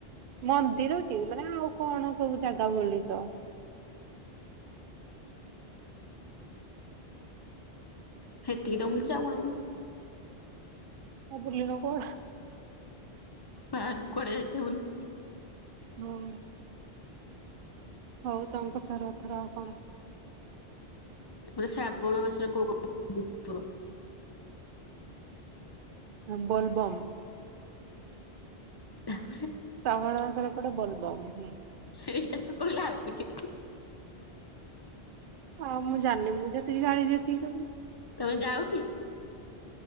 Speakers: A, on the right; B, on the left.
A: ମନ୍ଦିରକି ମାନେ ଆଉ କଣ ସବୁ ଜାଗା ବୁଲିଚ?
B: ହେତିକିତ ବୁଲିଚି
A: ହୁଁ
B: ଆଉ କଣ
A: ଆଉ ବୁଲିିନ କୁଆଡ଼େ?
B: ବାହାରକୁ କୁଆଡ଼େ ଯାଇଚ ବୁଲି?
A: <unintelligible> ହଉ ତମେ ପଚାର ଏଥର ଆଉ କଣ?
B: ମୁକଇଲି ଶ୍ରାବଣ ମାସରେ କୋଉ କୋଉ ଠାକୁର,
A: ବୋଲବମ୍।
B: ତାପରେ?
A: ଶ୍ରାବଣ ମାସରେ ପଡ଼େ ବୋଲବମ୍।
B: ଏଇଟାତ କହିଲା ଆଉ କିଛି କ
A: ଆଉ ମୁଁ ଜାଣିନି ମୁଁ ଯେତିକି ଯାଣିଚି ସେତିକିି କହିଲି।
B: ତମେ ଯାଅକି?